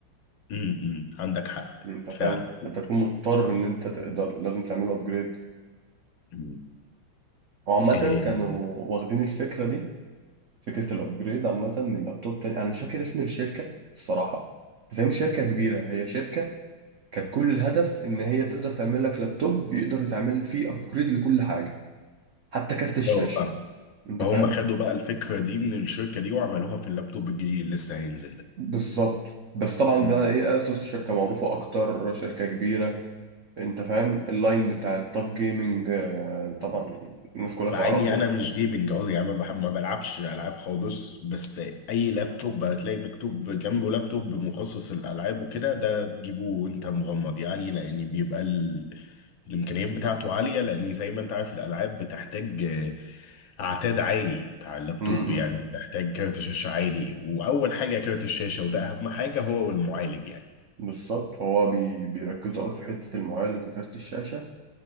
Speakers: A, on the left; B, on the right.
A: امم أمم. عندك حق
B: انت
A: فعلا
B: فاهم فانت تكون مضطر ان انت تقدر لازم تعمله ابجريد
A: أمم.
B: وعامة
A: إيه.
B: كانوا واخدين الفكرة دي فكرة الأبجريد عامة من لابتوب تاني أنا مش فاكر اسم الشركة الصراحة بس هي مش شركة كبيرة هي شركة كانت كل الهدف إن هي تقدر تعمل لك لابتوب يقدر يتعمل فيه أبجريد لكل حاجة حتى كارت الشاشة
A: اه فاهم
B: أنت
A: فهم
B: فاهم؟
A: خدوا بقى الفكرة دي من الشركة دي وعملوها في اللابتوب الجديد اللي لسه هينزل ده
B: بالظبط بس طبعا
A: امم
B: ده إيه أسوس شركة معروفة أكتر شركة كبيرة أنت فاهم؟ اللاين بتاع التاف جيمنج آه، طبعا
A: أمم.
B: الناس كلها
A: مع
B: تعرفه
A: اني انا مش جيمنج قوي يعني ما بحب ما بلعبش العاب خالص بس اي لابتوب هتلاقي مكتوب جنبه لابتوب مخصص للالعاب وكده ده تجيبه وانت مغمض يعني لان بيبقى ال... الامكانيات بتاعته عاليه لان زي ما انت عارف الالعاب بتحتاج آه، اعتاد عالي بتاع اللابتوب
B: م-
A: يعني
B: م.
A: بتحتاج كارت شاشه عالي واول حاجه كارت الشاشه وده اهم حاجه هو المعالج يعني
B: بالظبط هو بي... بيركزوا أوي في حتة المعالج وكارت الشاشة